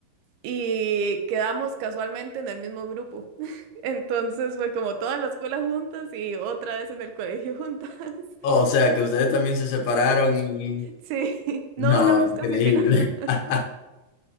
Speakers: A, on the right (about 80°); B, on the left (about 85°).
A: y quedamos casualmente en el mismo grupo. <laughs> Entonces fue como toda la escuela juntas y otra vez en el colegio juntas. <laughs>
B: Oh, o sea que ustedes también se separaron y...
A: Sí, no
B: No,
A: duramos
B: increíble.
A: casi que nada.
B: <laughs>